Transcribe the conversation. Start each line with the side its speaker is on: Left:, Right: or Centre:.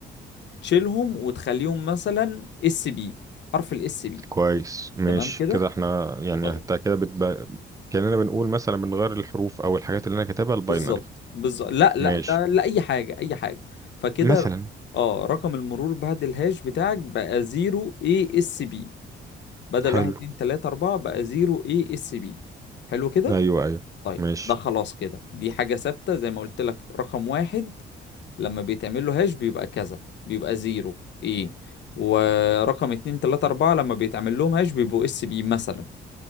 Left: بتشيلهم وتخليهم مثلا اس بي حرف الاس بي
Right: كويس ماشي
Left: تمام كده
Right: كده احنا يعني
Left: طيب
Right: انت كده بتبقى كأننا بنقول مثلا بنغير الحروف او الحاجات اللي انا كاتبها الباينري
Left: بالظبط بالظبط لا لا
Right: ماشي
Left: ده لا اي حاجه اي حاجه فكده
Right: مثلا
Left: اه رقم المرور بعد الهاش بتاعك بقى 0 اي اس بي بدل
Right: حلو
Left: 1 2 3 4 بقى 0 اي اس بي حلو كده
Right: ايوه ايوه
Left: طيب
Right: ماشي
Left: ده خلاص كده دي حاجه ثابته زي ما قلت لك رقم واحد لما بيتعمل له هاش بيبقى كذا بيبقى 0 اي ورقم 2 3 4 لما بيتعمل لهم هاش بيبقوا اس بي مثلا